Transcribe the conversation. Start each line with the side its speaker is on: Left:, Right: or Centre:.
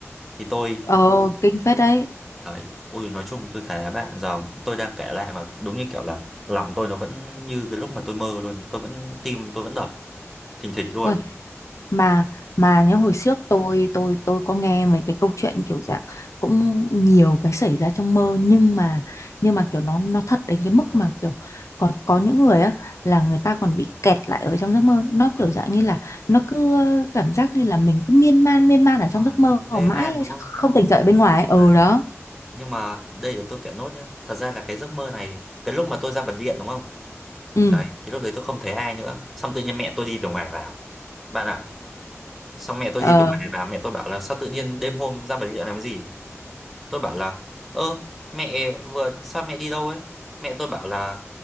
Centre: thì tôi
Left: ờ, kinh phết đấy.
Centre: Đấy, ui nói chung tôi thấy bạn giờ tôi đang kể lại mà đúng như kiểu là lòng tôi nó vẫn như cái lúc mà tôi mơ luôn, tôi vẫn tim tôi vẫn đập thình thịch luôn.
Left: Ui, mà mà nhớ hồi trước tôi tôi tôi có nghe mấy cái câu chuyện kiểu dạng cũng nhiều cái xảy ra trong
Centre: Ờ,
Left: mơ nhưng mà nhưng mà kiểu nó nó thật đến cái mức
Centre: ờ,
Left: mà kiểu còn có những người á là người ta còn bị kẹt lại ở trong giấc mơ. Nó
Centre: ờ,
Left: kiểu dạng như
Centre: đấy.
Left: là nó cứ ờ, cảm giác như là mình cứ miên man miên man ở trong
Centre: Ờ,
Left: giấc mơ
Centre: tôi mê
Left: mãi
Centre: man đúng không?
Left: không tỉnh dậy bên ngoài. ấy.
Centre: Đấy,
Left: Ừ đó.
Centre: nhưng mà đây là tôi kể nốt nhá. Thật ra là cái giấc mơ này, cái lúc mà tôi ra bật điện đúng không?
Left: Ừ.
Centre: Đấy, thì lúc đấy tôi không thấy ai nữa, xong tự nhiên mẹ tôi đi từ ngoài vào. Bạn ạ, xong mẹ tôi
Left: Ờ.
Centre: đi từ ngoài vào, mẹ tôi bảo là sao tự nhiên đêm hôm ra bật điện làm cái gì? tôi bảo là ơ mẹ vừa sao mẹ đi đâu ấy mẹ tôi bảo là